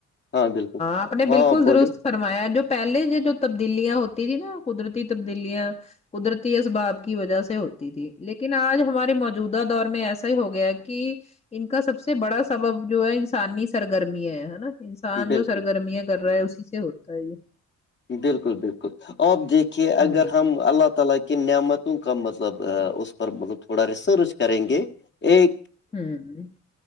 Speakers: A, on the left; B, on the left.
A: ہاں بالکل
B: آپ نے
A: ہاں
B: بالکل
A: بولیے
B: درست فرمایا جو پہلے یہ جو تبدیلیاں ہوتی تھی نا قدرتی تبدیلیاں قدرتی اس بااب کی وجہ سے ہوتی تھی لیکن آج ہماری موج موجودہ دور میں ایسا ہی ہو گیا ہے کہ ان کا سب سے بڑا سبب جو ہے انسانی سرگرمی ہے ہے نا ان نان
A: بالکل
B: جو سرگرمیاں کر رہا ہے اسی سے ہوتا ہے یہ
A: بالکل بالکل آپ دیکھیے
B: ہوں
A: اگر ہم اللہ تعالی کے کہ نعمتوں کا مطلب اس پر مطلب تھوڑا ریسرچ کریں گے ایک
B: ہوں <unintelligible>